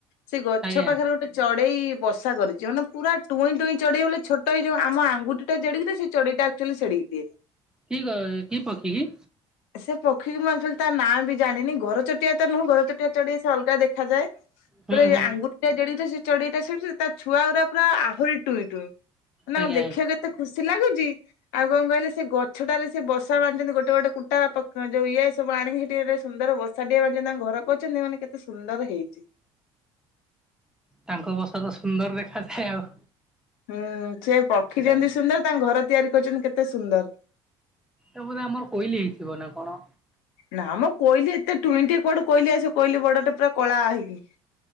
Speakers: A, on the left; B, in the centre.
A: ସେ ଗଛ
B: ଆଜ୍ଞା
A: ପାଖରେ ଗୋଟେ ଚଢେଇ ବସା କରିଛି ମାନେ ପୁରା ଟୁଇଁ ଟୁଇଁ ଚଢେଇ ବୋଲେ ଛୋଟ ହେଇଯାଉ ଆମ ଆଙ୍ଗୁଠି ଟା ଜେଡିକିଟେ ସେ ଚଢେଇଟା ଆକଚୁଆଲି ସେଡିକି ଟିଏ।
B: କି କ କି ପଖୀ କି
A: ସେ ପକ୍ଷୀକୁ ମୁଁ ଆକଚୁଆଲି ତା ନାଁ ବି ଜାଣିନି ଘର ଚଟିଆ ତ ନୁହଁ ଘର ଚଟିଆ ଚଢ଼େଇ ସେ ଅଲଗା ଦେଖାଯାଏ। ପୁରା
B: ହୁଁ
A: ଏଇ
B: ହୁଁ
A: ଆଙ୍ଗୁଠି ଟା ଜେଡିକିଟିଏ ସେ ଚଢେଇଟା ସେଡିକି ସେଡିକି ତା ଛୁଆ ଗୁଡା ପୁରା ଆହୁରି ଟୁଇଁ ଟୁଇଁ। ନା
B: ଆଜ୍ଞା
A: ଦେଖିବାକୁ ଏତେ ଖୁସି ଲାଗୁଛି ଆଉ କଣ କହିଲେ ସେ ଗଛଟାରେ ସେ ବସା ବାନ୍ଧିଛନ୍ତି ଗୋଟେ ଗୋଟେ କୁଟା ଯୋଉ ଇଏ ସବୁ ଆଣିକି ସେଠି ସୁନ୍ଦର ବସା ଟିଏ ବାନ୍ଧିଛନ୍ତି ତାଙ୍କ ଘର କରିଛନ୍ତି ମାନେ କେତେ ସୁନ୍ଦର ହେଇଛି।
B: ତାଙ୍କ ବସା ତ ସୁନ୍ଦର ଦେଖାଯାଏ ଆଉ
A: ହୁଁ ସେ ପକ୍ଷୀ
B: ସେଟା
A: ଯେମିତି ସୁନ୍ଦର ତାଙ୍କ ଘର ତିଆରି କରିଛନ୍ତି କେତେ ସୁନ୍ଦର।
B: ଏ ବୋଧେ ଆମର କୋଇଲି ହେଇଥିବ ନା କଣ?
A: ନା ମ କୋଇଲି ଏତେ ଟୁଇଁଟିଏ କୁଆଡୁ କୋଇଲି ଆସିବ କୋଇଲି ବଡଟେ ପୁରା କଳା ହେଇକି